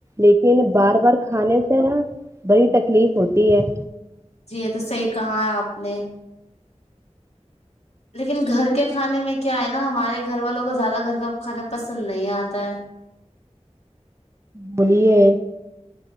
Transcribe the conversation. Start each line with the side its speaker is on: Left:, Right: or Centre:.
Right: لیکن بار بار کھانے سے نا بڑی تکلیف ہوتی ہے
Left: جی یہ تو صحیح کہا ہیں آپ نے لیکن گھر کے کھانے میں کیا ہینا ہمارے گھر والوں کو زیادہ گھر کا کھانا پسند نہیں آتا ہے
Right: بولیے